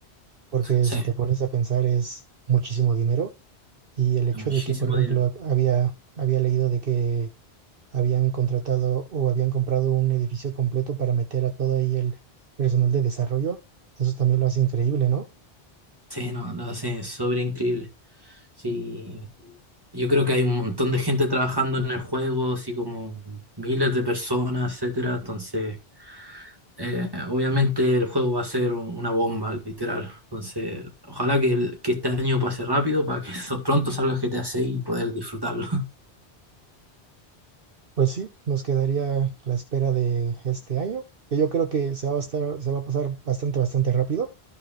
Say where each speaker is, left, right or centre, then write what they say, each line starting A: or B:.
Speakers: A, on the right (about 60°); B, on the right (about 20°).
A: porque
B: Sí,
A: si te pones a pensar es muchísimo dinero y el hecho
B: es muchísimo
A: de que, por ejemplo,
B: dinero.
A: hab- había, había leído de que habían contratado o habían comprado un edificio completo para meter a todo ahí el personal de desarrollo, eso también lo hace increíble, ¿no?
B: Sí, no, lo hace sobre increíble. Sí, yo creo que hay un montón de gente trabajando en el juego, así como miles de personas, etcétera. Entonces, eh, obviamente el juego va a ser un- una bomba, literal. Entonces, ojalá que, el- que este año pase rápido para que <laughs> so- pronto salga GTA 6 y poder disfrutarlo.
A: Pues sí, nos quedaría la espera de este año, que yo creo que se va a estar, se va a pasar bastante, bastante rápido.